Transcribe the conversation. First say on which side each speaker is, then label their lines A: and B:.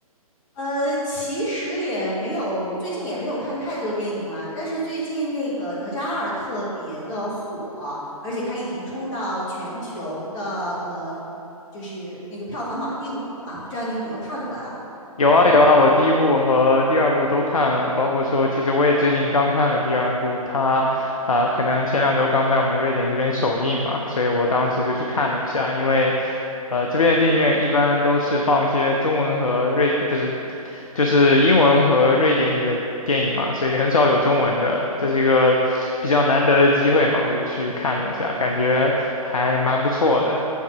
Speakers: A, on the left; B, on the left.
A: 呃，其实也没有，最近也没有看太多电影啦。但是最近那个哪吒二特别的火，而且它已经冲到全球的呃，就是那个票房榜第五了嘛。不知道你有没有看过啊？
B: 有啊有啊，我第一部和第二部都看了，包括说，其实我也最近刚看了第二部，它啊、可能前两周刚在我们瑞典这边首映嘛，所以我当时就去看了一下，因为呃这边的电影院一般都是放一些中文和瑞，呃不是就是英文和瑞典语的电影嘛，所以很少有中文的，这是一个比较难得的机会嘛，我就去看了一下，感觉还蛮不错的。